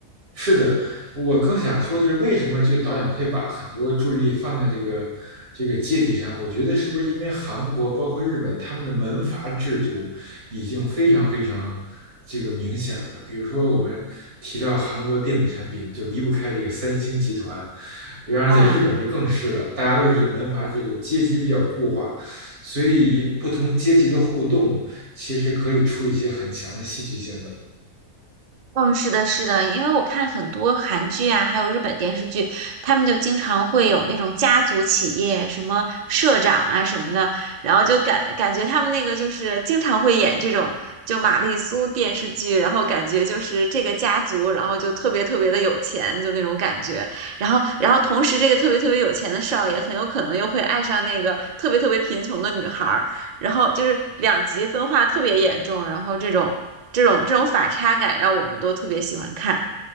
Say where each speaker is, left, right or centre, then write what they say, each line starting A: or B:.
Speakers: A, on the right; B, on the right.
A: 是的，我更想说，就是为什么这个导演会把很多注意力放在这个这个阶级上？我觉得是不是因为韩国包括日本他们的门阀制度已经非常非常这个明显了？比如说我们提到韩国电子产品，就离不开这个三星集团。然而在日本这更是了，
B: 啊。
A: 大家都是这个门阀制度，阶级比较固化，所以不同阶级的互动其实可以出一些很强的戏剧性的。
B: 嗯，是的，是的，因为我看很多韩剧啊，还有日本电视剧，他们就经常会有那种家族企业，什么社长啊什么的，然后就感感觉他们那个就是经常会演这种就玛丽苏电视剧，然后感觉就是这个家族，然后就特别特别的有钱，就那种感觉，然后然后同时这个特别特别有钱的少爷很有可能又会爱上那个特别特别贫穷的女孩儿。然后就是两极分化特别严重，然后这种这种这种反差感让我们都特别喜欢看。